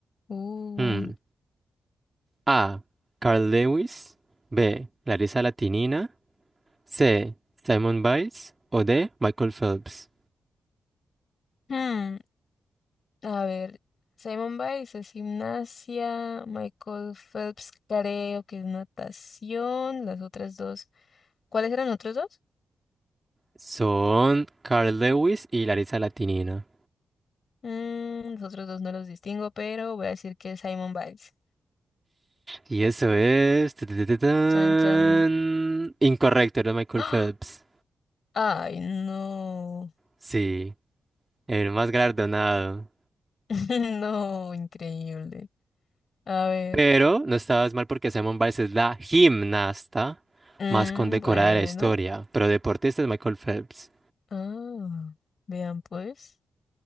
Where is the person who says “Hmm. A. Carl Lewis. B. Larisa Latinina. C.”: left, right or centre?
Right